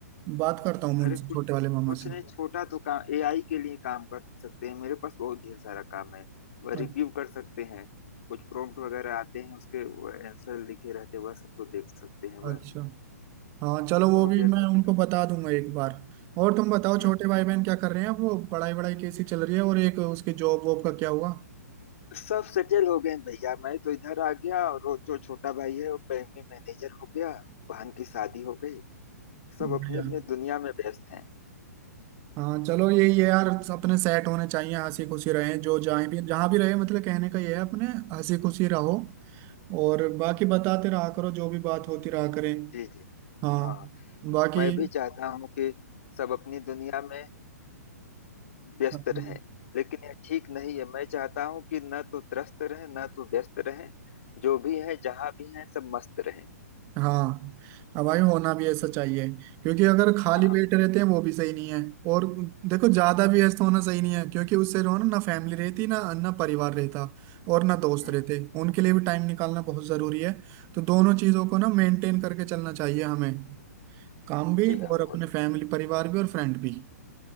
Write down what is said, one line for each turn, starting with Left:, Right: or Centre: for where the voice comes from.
Right: बात करता हूँ मैं उनसे
Left: अरे कुछ
Right: छोटे वाले मामा
Left: कुछ
Right: से
Left: नहीं छोटा तो काम एआई के लिए काम कर सकते हैं मेरे पास बहुत ढेर सारा काम है वह
Right: अ-
Left: रिव्यू कर सकते हैं कुछ प्रॉम्प्ट वगैरह आते हैं उसके आंसर लिखे रहते हैं वह सब तो देख सकते हैं
Right: अच्छा
Left: वह
Right: हाँ चलो वो
Left: बहुत
Right: भी
Left: ढेर
Right: मैं
Left: सारी
Right: उनको
Left: कंपनी
Right: बता दूंगा एक बार और तुम बताओ
Left: हम्म
Right: छोटे
Left: हम्म।
Right: भाई बहन क्या कर रहे हैं अब वो पढ़ाई वढ़ाई कैसी चल रही है और एक उसके जॉब वॉब का क्या हुआ
Left: सब सेटल हो गए हैं भैया मैं तो इधर आ गया और वो जो छोटा भाई है वो बैंक में मैनेजर हो गया बहन की शादी हो गई सब
Right: बढ़िया
Left: अपनी अपनी दुनिया में व्यस्त हैं
Right: हाँ चलो यही है यार अपने सेट होने चाहिए हंसी खुशी रहे जो जहाँ भी जहाँ भी रहे मतलब कहने का ये है अपने हंसी खुशी रहो और बाकी बताते रहा करो जो भी बात होती रहा करें
Left: जी जी
Right: हाँ
Left: हाँ
Right: बाकी
Left: मैं भी चाहता हूँ कि सब अपनी दुनिया में व्यस्त
Right: हम्म,
Left: रहें लेकिन ये ठीक नहीं है मैं चाहता हूँ कि न तो त्रस्त रहें न तो व्यस्त रहें जो भी है जहाँ भी है सब मस्त रहें
Right: हाँ अब भाई होना भी ऐसा चाहिए क्योंकि अगर खाली
Left: हाँ
Right: पेट रहते हैं वो भी सही नहीं है और देखो ज्यादा भी व्यस्त होना सही नहीं है क्योंकि उससे जो है ना ना फैमिली रहती ना ना परिवार रहता और ना दोस्त
Left: हम्म
Right: रहते उनके लिए भी टाइम निकालना बहुत जरूरी है तो दोनों चीजों को ना मेंटेन करके चलना चाहिए हमें काम भी
Left: जी हाँ
Right: और
Left: बहुत
Right: अपने फैमिली परिवार भी और फ्रेंड भी